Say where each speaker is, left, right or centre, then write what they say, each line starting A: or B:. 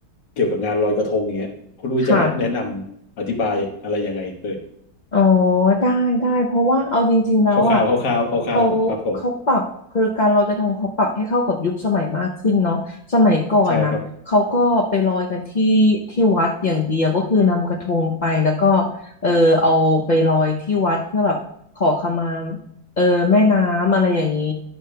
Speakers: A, on the left; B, on the left.
A: เกี่ยวกับงานลอยกระทงอย่างเงี้ยคุณอุ้ยจะแนะแนะนำอธิบายอะไรยังไงเอ่ย
B: ค่ะ อ๋อได้ได้เพราะว่าเอาจริงๆแล้วอ่ะ
A: คร่าวๆคร่าวๆคร่าวๆครับผม
B: เขาเขาปรับคือการลอยกระทงเขาปรับให้เข้ากับยุคสมัยมากขึ้นเนาะสมัยก่อนนะเขาก็ไปลอยกันที่ที่วัดอย่างเดียวก็คือนำกระทงไปแล้วก็
A: ใช่ครับ
B: เออเอาไปลอยที่วัดเพื่อแบบขอขมาเออแม่น้ำอะไรอย่างนี้